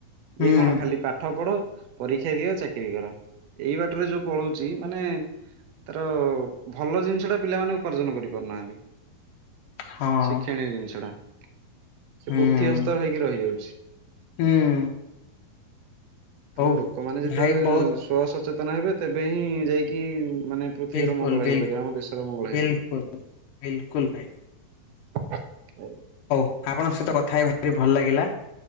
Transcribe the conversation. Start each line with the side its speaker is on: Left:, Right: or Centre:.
Left: ହୁଁ
Right: ଇଏ କଣ ଖାଲି ପାଠ ପଢ ପରୀକ୍ଷା ଦିଅ ଚାକିରୀ କର ଏଇ ବାଟରେ ଯୋଉ ପଳଉଛି ମାନେ ତାର ଭଲ ଜିନିଷ ଟା ପିଲାମାନେ ଉପାର୍ଜନ କରିପାରୁନାହାନ୍ତି।
Left: ହଁ
Right: ଶିକ୍ଷଣୀୟ ଜିନିଷଟା। ସେ
Left: ହୁଁ
Right: ପୋଥି ଅସ୍ତର ହେଇକି ରହିଯାଉଚି।
Left: ହୁଁ। ହଉ
Right: ତେଣୁ ଲୋକମାନେ ଯେତେବେଳେ-
Left: ଭାଇ ବହୁତ
Right: ସସଚେତନ, ହେବେ ତେବେ ହିଁ ଯାଇକି ମାନେ ପୃଥିବୀର
Left: ବିଲକୁଲ
Right: ମଙ୍ଗଳ
Left: ବିଲକୁଲ
Right: ହେଇପାରିବ, ଆମ ଦେଶର ମଙ୍ଗଳ
Left: ବିଲକୁଲ
Right: ହେଇପାରିବ।
Left: ବିଲକୁଲ ଭାଇ।
Right: <inaudible> <unintelligible>
Left: ହଉ ଆପଣଙ୍କ ସହିତ କଥା ହେଇ ଭାରି ଟିକେ ଭଲ ଲାଗିଲା,